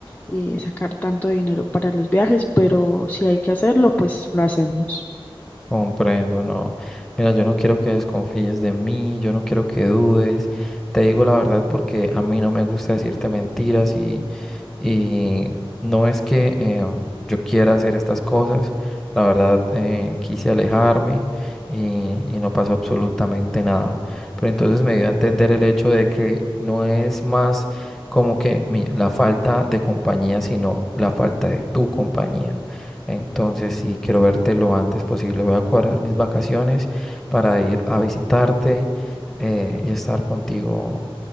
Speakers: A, on the left (about 20°); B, in the centre.
A: eh, sacar tanto dinero para los viajes, pero si hay que hacerlo, pues lo hacemos.
B: Comprendo, no. Mira, yo no quiero que desconfíes de mí, yo no quiero que dudes. Te digo la verdad porque a mí no me gusta decirte mentiras y Y no es que eh, yo quiera hacer estas cosas, la verdad eh, quise alejarme y, y no pasó absolutamente nada. Pero entonces me dio a entender el hecho de que no es más como que mi- la falta de compañía, sino la falta de tu compañía. Entonces, sí, quiero verte lo antes posible. Voy a cuadrar mis vacaciones para ir a visitarte eh, y estar contigo,